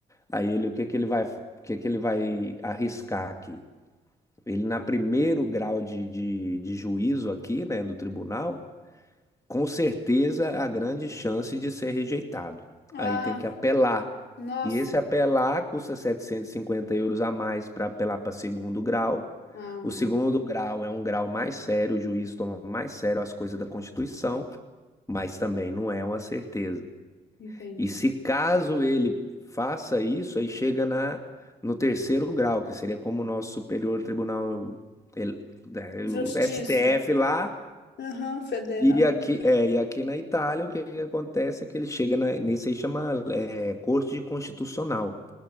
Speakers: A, on the left (about 15°); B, on the left (about 60°).
A: Aí ele, o que que ele vai, o que que ele vai arriscar aqui? Ele, na primeiro grau de, de, de juízo aqui, né, do tribunal, com certeza a grande chance de ser rejeitado.
B: ah,
A: Aí tem que apelar.
B: nossa.
A: E esse apelar custa 750 euros a mais para apelar para segundo grau.
B: Ah,
A: O segundo grau é um grau mais sério, o juiz toma mais sério as coisas da Constituição, mas também não é uma certeza.
B: entendi.
A: E se caso ele faça isso, aí chega na, no terceiro grau, que seria como o nosso Superior Tribunal, ele- né,
B: Justiça.
A: o STF lá,
B: Aham, federal.
A: e aqui, é, e aqui na Itália, o que que acontece é que ele chega na, nesse aí chama é, Corte Constitucional.